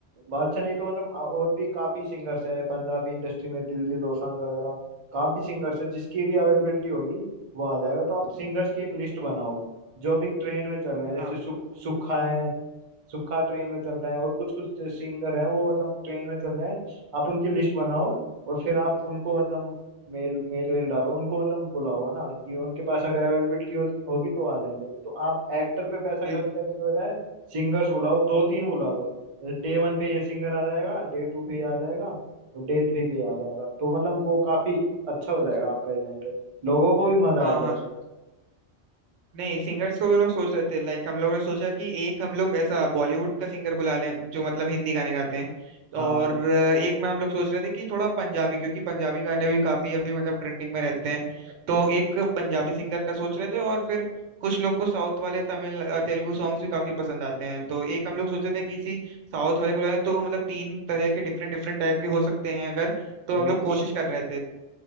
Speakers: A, on the right; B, on the right.
A: बादशाह नहीं तो मतलब आ- और भी काफी सिंगर्स है पंजाबी इंडस्ट्री में दिलजीत दोसांझ वगैरह काफी सिंगर्स है जिसकी भी अवेलेबिलिटी होगी वो आ जाएगा तो आप सिंगर्स की एक लिस्ट बनाओ जो भी ट्रेंड में चल रहे हैं
B: हाँ
A: जैसे सुख सुखा है सुखा ट्रेन में चल रहा है और कुछ कुछ सिंगर है वो मतलब ट्रेन में चल रहे हैं आप उनकी लिस्ट बनाओ और फिर आप उनको मतलब मेल मेल वेल डालो उनको मतलब बुलाओ है ना कि उनके पास अगर अवेलेबिलिटी हो, होगी तो आ जाएंगे तो आप एक्टर पे पैसा
B: बिल्कुल
A: खर्च करने के बजाय सिंगर्स बुलाओ दो तीन बुला लो डे वन पे ये सिंगर आ जाएगा डे टू पे ये आ जाएगा और डे थ्री पे ये आ जाएगा तो मतलब वो काफी अच्छा हो जाएगा आपका इवेंट लोगों को भी मजा
B: हाँ
A: आएगा
B: हाँ
A: उस
B: नहीं सिंगर्स को भी लोग सोच रहे थे लाइक हम लोग ने सोचा कि एक हम लोग ऐसा बॉलीवुड का सिंगर बुला लें जो मतलब हिंदी गाने गाते हैं
A: हाँ
B: और अ, एक में हम लोग सोच रहे थे कि थोड़ा पंजाबी क्योंकि पंजाबी गाने भी काफी अभी मतलब ट्रेंडिंग में रहते हैं तो एक पंजाबी सिंगर का सोच रहे थे और फिर कुछ लोग को साउथ वाले तमिल अ, तेलुगु सॉन्ग्स भी काफी पसंद आते हैं तो एक हम लोग सोच रहे थे किसी साउथ वाले को बुलाएं तो मतलब तीन तरह के डिफरेंट डिफरेंट टाइप के हो सकते हैं अगर तो
A: बिल्कुल
B: हम लोग कोशिश कर रहे थे